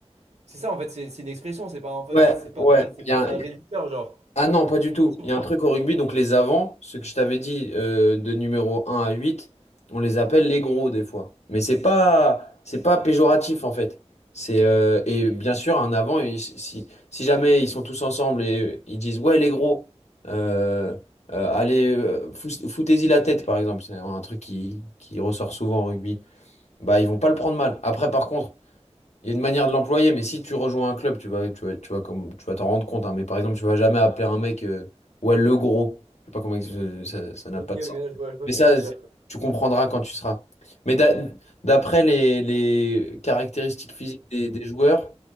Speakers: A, on the right; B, on the left.
A: C'est ça, en fait, c'est c'est une expression, c'est pas, en fait,
B: ouais,
A: c'est pas,
B: ouais,
A: c'est pas
B: bien.
A: réducteur, genre.
B: Ah non, pas du tout.
A: Ok,
B: Il y a un truc au rugby, donc les avants, ce que je t'avais dit euh, de numéro un à 8, on les appelle les gros des fois. Mais c'est pas c'est pas péjoratif en fait. C'est euh, et bien sûr un avant il- si si si jamais ils sont tous ensemble et ils disent ouais les gros euh, euh, allez euh, fous- foutez-y la tête par exemple, c'est un truc qui qui ressort souvent au rugby. Bah ils vont pas le prendre mal. Après par contre, il y a une manière de l'employer, mais si tu rejoins un club, tu vas, tu vas, tu vas comme, tu vas t'en rendre compte. hein. mais par exemple, tu vas jamais appeler un mec, euh, ouais, le gros. Je sais pas comment, ex- euh, ça, ça n'a
A: ok,
B: pas de
A: je
B: sens.
A: vois, je vois
B: Mais ça,
A: ce que tu veux dire.
B: tu comprendras quand tu seras. Mais d'a- d'après les, les caractéristiques physiques des, des joueurs,